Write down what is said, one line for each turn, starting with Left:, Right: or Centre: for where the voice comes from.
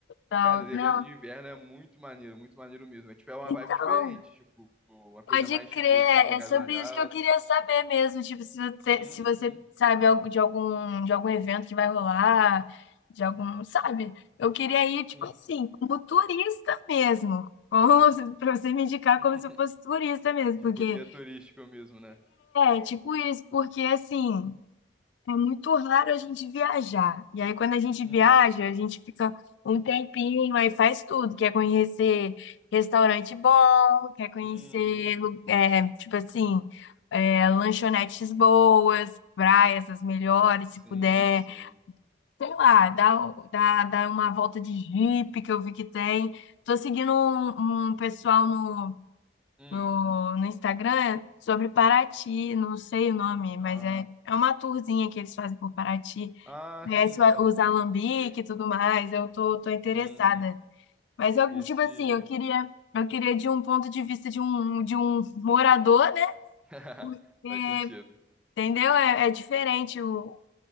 Left: Então,
Centre: cara, os eventos
Left: não.
Centre: de inverno é muito maneiro, muito maneiro mesmo. É tipo é uma
Left: Então,
Centre: vibe diferente, tipo, uma coisa
Left: pode
Centre: mais
Left: crer.
Centre: tipo, tem que vir agasalhado.
Left: É sobre isso que eu queria saber mesmo. Tipo, se você,
Centre: Uhum.
Left: se você sabe algo de algum, de algum evento que vai rolar, de algum, sabe? Eu queria ir, tipo
Centre: Sim.
Left: assim, como turista mesmo. <laughs> Como, se- pra você me indicar
Centre: <laughs>
Left: como se eu fosse turista mesmo.
Centre: Tipo
Left: Porque
Centre: guia turístico mesmo, né?
Left: é tipo isso, porque assim. É muito raro a gente viajar. E aí, quando a gente
Centre: Uhum.
Left: viaja, a gente fica um tempinho, aí faz tudo. Quer conhecer restaurante bom, quer conhecer,
Centre: Uhum.
Left: lu- é, tipo assim, é, lanchonetes boas, praias as melhores,
Centre: Sim,
Left: se puder.
Centre: sim.
Left: Sei lá, dá, dá, dá uma volta de Jeep que eu vi que tem. Tô seguindo um, um pessoal no,
Centre: Hum.
Left: no Instagram é sobre Paraty, não sei o nome,
Centre: Ah.
Left: mas é, é uma tourzinha que eles fazem por Paraty.
Centre: Ah,
Left: Conhece
Centre: sim, sim.
Left: o- os alambique
Centre: Sei.
Left: e tudo mais, eu tô, tô interessada.
Centre: Uhum.
Left: Mas eu,
Centre: Esse.
Left: tipo assim, eu queria, eu queria de um ponto de vista de um, de um morador, né?
Centre: <laughs>
Left: Porque,
Centre: Faz sentido.
Left: entendeu? É, é diferente o,